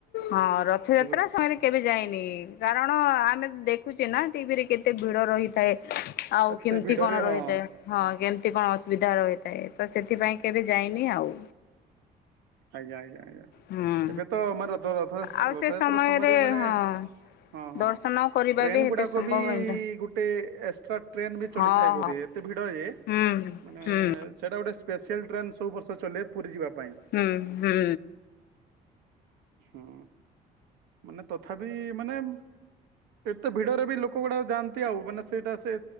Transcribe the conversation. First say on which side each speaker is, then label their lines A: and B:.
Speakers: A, on the left (about 70°); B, on the right (about 85°).
A: ହଁ ରଥଯାତ୍ରା
B: ଶୁଭୁଛି
A: ସମୟରେ କେବେ ଯାଇନି କାରଣ ଆମେ ଦେଖ ଚିନା ଟିଭିରେ କେତେ ଭିଡ଼ ରହିଥାଏ। ଆଉ
B: ଏତେ
A: କେମିତି
B: ଭିଡରେ
A: କଣ
B: ହଁ
A: ରହିଥାଏ ହଁ କେମତି କଣ ଅସୁବିଧା ରହିଥାଏ ତ ସେଥିପାଇଁ କେବେ ଯାଇନି ଆଉ।
B: ଆଜ୍ଞା ଆଜ୍ଞା ଆଜ୍ଞା
A: ହୁଁ
B: ଏବେ ତ ଆମ ରଥ ରଥ ରଥଯାତ୍ରା
A: ଆଉ ସେ
B: ସମୟରେ ମାନେ
A: ହଁ
B: ହଁ ହଁ
A: ଦର୍ଶନ କରିବା
B: ଟ୍ରେନ୍
A: ବି ଏତେ
B: ଗୁଡ଼ାକ
A: ସମ୍ଭବ
B: ବି
A: ନୁହେଁ
B: ଗୋଟେ ଏକ୍ସଟ୍ରା ଟେନ ବି ଚଲିଥାଏ
A: ହଁ
B: ବୋଧ
A: ହଁ
B: ଏତେ ଭିଡ ଯେ
A: ହୁଁ
B: ମାନେ
A: ହୁଁ
B: ସେଟା ଗୋଟେ ସ୍ପେଶାଲ୍ ଟ୍ରେନ୍ ସବୁ ବର୍ଷ ଚଲେ ପୁରୀ ଯିବା ପାଇଁ
A: ହୁଁ ହୁଁ।
B: ହୁଁ ମାନେ ତଥାପି ମାନେ ଏତେ ଭିଡରେ ବି ଲୋକ ଗୁଡା ଯାଆନ୍ତି ଆଉ ମାନେ ସେଇଟା ସେ